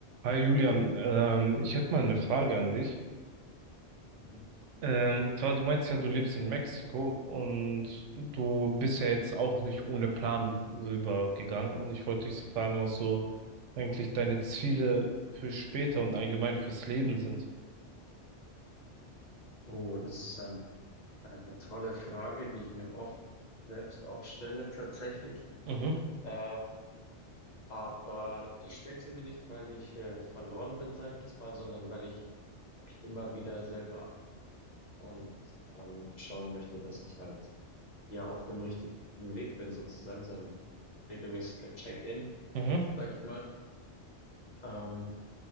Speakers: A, on the right; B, on the left.
A: Hi Julian, ähm, ich hätte mal eine Frage an dich.
B: Mhm.
A: Ähm, und zwar, du meinst ja, du lebst in Mexiko und du bist ja jetzt auch nicht ohne Plan rübergegangen. Und ich wollte dich so fragen, was so eigentlich deine Ziele für später und allgemein fürs Leben sind.
B: Oh, das ist eine tolle Frage, die ich mir oft selbst auch stelle tatsächlich.
A: Mhm,
B: Äh, aber ich stelle sie mir nicht, weil ich äh, verloren bin, sage ich jetzt mal, sondern weil ich mich immer wieder selber und ähm, schauen möchte, dass ich halt ja auf dem richtigen Weg bin, sozusagen so ein, so ein regelmäßiger Check-in,
A: mhm,
B: sage ich mal. Ähm,